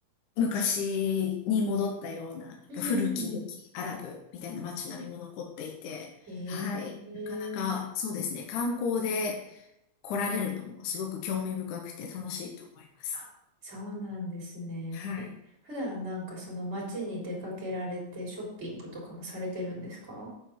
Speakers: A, on the left; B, on the right.
A: 昔に戻ったような、なんか古き良きアラブみたいな街並みも残っていて、
B: うん。うんええ
A: はい、なかなかそうですね、観光で来られるのもすごく興味深くて楽しいと思います。
B: あ、そうなんですね。
A: はい。
B: え、普段なんかその街に出かけられてショッピングとかもされてるんですか